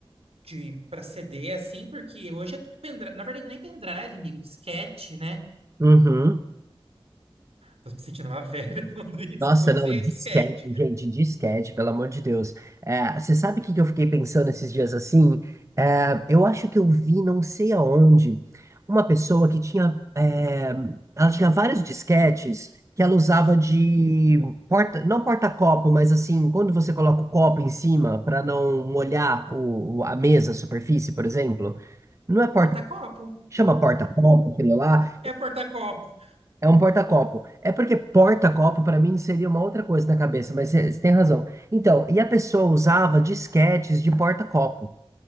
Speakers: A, on the right; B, on the right.
A: de para CD assim, porque hoje é tudo pendrive, na verdade nem pendrive, amigo, disquete, né?
B: Uhum.
A: Tô me sentindo uma velha <laughs> falando isso,
B: Nossa,
A: porque eu usei
B: não, disquete,
A: o disquete.
B: gente, disquete, pelo amor de Deus. É, você sabe o que que eu fiquei pensando esses dias assim? É, eu acho que eu vi, não sei aonde, uma pessoa que tinha, é, ela tinha vários disquetes que ela usava de porta, não porta-copo, mas assim, quando você coloca o copo em cima para não molhar o, o- a mesa, a superfície, por exemplo, não é porta,
A: Porta-copo.
B: chama porta-copo, aquilo lá.
A: É porta-copo.
B: É um porta-copo. É porque porta-copo para mim seria uma outra coisa na cabeça, mas você tem razão. Então, e a pessoa usava disquetes de porta-copo.